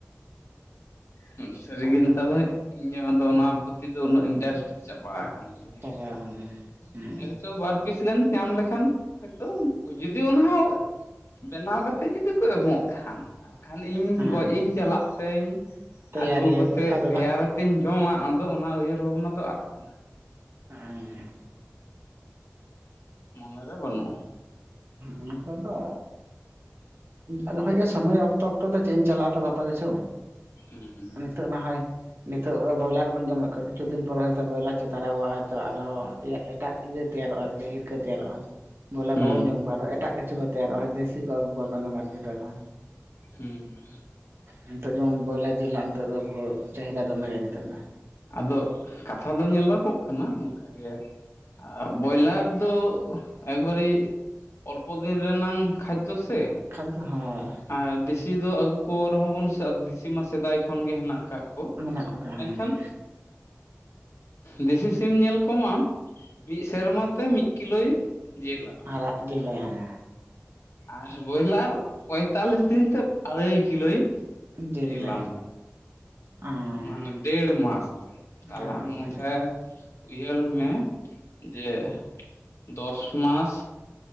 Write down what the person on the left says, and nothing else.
ᱦᱩᱸ ᱥᱟᱹᱨᱜᱮ
ᱱᱤᱛᱚᱜ
ᱫᱦᱟᱹᱵᱤᱡ ᱤᱧᱟᱹᱜ ᱫᱚ ᱚᱱᱟ ᱯᱩᱛᱷᱤ ᱫᱚ ᱩᱱᱟᱹᱜ ᱤᱱᱴᱟᱨᱮᱥᱴᱮᱰ ᱪᱟᱵᱟ ᱟᱠᱟᱱᱟ ᱾ ᱠᱟᱱ ᱛᱤᱧᱟᱹ
ᱦᱮᱸᱥᱮ ᱮᱸ ᱦᱚᱭᱛᱚ ᱵᱟᱨ ᱯᱤᱥ ᱜᱟᱱ ᱧᱟᱢ ᱞᱮᱠᱷᱟᱱ ᱦᱚᱭᱛᱳ ᱡᱩᱫᱤ ᱚᱱᱟ ᱦᱚᱸ ᱵᱮᱱᱟᱣ ᱠᱟᱛᱮ ᱡᱩᱫᱤ ᱠᱚ ᱮᱢᱚᱜ ᱠᱷᱟᱱ ᱵᱟᱠᱷᱟᱱ ᱤᱧ
ᱜᱚᱡ ᱤᱧ ᱪᱟᱞᱟᱜ ᱛᱮᱧ
ᱟᱹᱜᱩ ᱠᱟᱛᱮ
ᱛᱮᱭᱟᱨ
ᱟᱛᱤᱧ ᱡᱚᱢᱟ ᱟᱫᱚ ᱚᱱᱟ ᱩᱭᱦᱟᱹᱨ ᱵᱷᱟᱵᱽᱱᱟ ᱫᱚ ᱟᱫ ᱟᱠᱟᱱᱟ ᱾
ᱢᱚᱱᱮᱨᱮ ᱵᱟᱹᱱᱩᱜᱼᱟ ᱾
ᱦᱩᱸ
ᱦᱩᱸ
ᱦᱩᱸ
ᱟᱫᱚ ᱠᱟᱛᱷᱟ ᱫᱚ ᱧᱮᱞᱚᱜᱚᱜ ᱠᱟᱱᱟ ᱚᱱᱠᱟᱜᱮ ᱟ ᱵᱚᱭᱞᱟᱨ ᱫᱚ ᱮᱠᱵᱟᱨᱮ ᱚᱞᱯᱚ ᱫᱤᱱ ᱨᱮᱱᱟᱝ ᱠᱷᱟᱡᱽᱫᱚ ᱥᱮ
ᱟᱨ ᱫᱮᱥᱤ ᱫᱚ ᱟᱹᱜᱩ ᱠᱚ ᱨᱮᱦᱚᱸ ᱵᱚᱱ ᱥᱮ ᱟᱫᱚ ᱫᱮᱥᱤ ᱢᱟ ᱥᱮᱫᱟᱭ ᱠᱷᱚᱱᱜᱮ ᱦᱮᱱᱟᱜ ᱟᱠᱟᱫ ᱠᱚ
ᱢᱮᱱᱠᱷᱟᱱ
ᱫᱮᱥᱤ ᱥᱤᱢ ᱧᱮᱞ ᱠᱚᱢ ᱟᱢ ᱢᱤᱫ ᱥᱮᱨᱢᱟ ᱛᱮ ᱢᱤᱫ -ᱤᱞᱚᱭ ᱡᱮᱞᱟ
ᱟᱨ ᱵᱚᱭᱞᱟᱨ ᱯᱚᱸᱭ ᱛᱟᱞᱤᱥ ᱫᱤᱱ ᱛᱮ ᱟᱲᱟᱹᱭ ᱠᱤᱞᱳᱭ
ᱡᱤᱞᱟᱢ
ᱠᱟᱱ
ᱢᱟᱱᱮ ᱰᱮᱲ ᱢᱟᱥ ᱛᱮ ᱛᱟᱞᱦᱮ
ᱟᱢ ᱚᱱᱛᱮ ᱩᱭᱦᱟᱹᱨ ᱢᱮ ᱡᱮ ᱫᱚᱥ ᱢᱟᱥ